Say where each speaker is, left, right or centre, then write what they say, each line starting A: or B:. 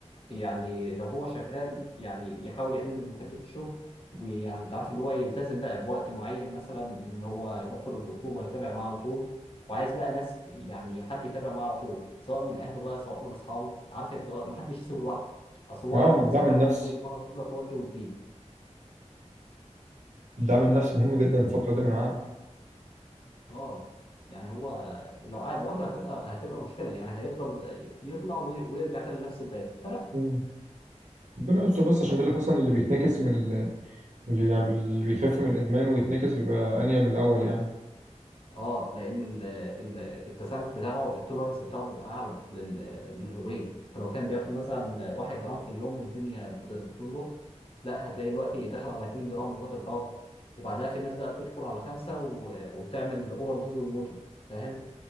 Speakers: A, on the left; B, on the right.
A: يعني لو هو شغال يعني يحاول يقلل من حدة الشغل ويعني انت عارف اللي هو يلتزم بقى بوقت معين مثلا ان هو يروح فيه للدكتور ويتابع معاه على طول وعايز بقى ناس يعني حد يتابع معاه على طول سواء من اهله بقى سواء من اصحابه عارف انت ما حدش يسيبه لوحده اصل هو
B: أه
A: لو
B: ما الدعم
A: اتساب
B: النفسي
A: لوحده دماغه هتفضل تودي وتجيب
B: الدعم النفسي مهم جدا في الفترة دي من
A: اه يعني هو آه، لو قعد لوحده هتبقى هتبقى مشكله يعني هيفضل يطلع وي- ويرجع تاني لنفس الدايره فلا
B: عارف ربنا يستر بس عشان بيقول لك اصلا اللي بيتنكس من ال- من اللي يعني اللي بيخف من الادمان ويتنكس بيبقى انيل من الاول يعني
A: اه لان ال- ال- التسامح بتاعه التولرنس بتاعه بيبقى اعلى لل- للهيروين فلو كان بياخد مثلا واحد جرام في اليوم والدنيا بت- بتظبط لا هتلاقي دلوقتي دخل على 2 جرام و3 جرام وبعدها في ناس بقى بتدخل على خمسة و- وبتعمل اوفر دوز ويموتوا فاهم